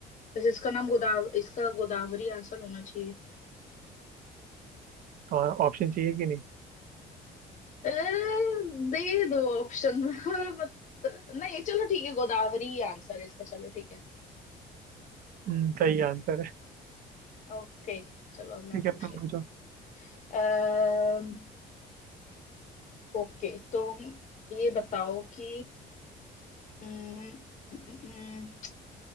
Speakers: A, on the left; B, on the right.
A: वैसे इसका नाम गोदाव इसका गोदावरी आंसर होना चाहिए
B: तो ऑप्शन चाहिए कि नहीं
A: ए, दे दो ऑप्शन <laughs> मत- नहीं चलो ठीक है गोदावरी ही आंसर है इसका चलो ठीक है
B: हम्म, सही आंसर है
A: ओके चलो अब मैं
B: ठीक है
A: पूछ
B: अब तुम
A: लेती
B: पूछो
A: हूँ। अम्म ओके तो ये बताओ कि अम्म, अम्म, अम्म,